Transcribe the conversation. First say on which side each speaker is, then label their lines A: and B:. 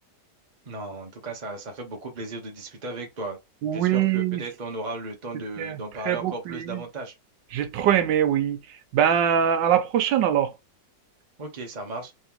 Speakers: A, on the right; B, on the right.
A: Non, en tout cas, ça, ça fait beaucoup plaisir de discuter avec toi.
B: Oui,
A: J'espère que peut-être on aura le temps
B: c'était
A: de,
B: un
A: d'en parler
B: très
A: encore
B: beau quiz.
A: plus davantage.
B: J'ai trop aimé, oui. Ben, à la prochaine alors.
A: Ok, ça marche.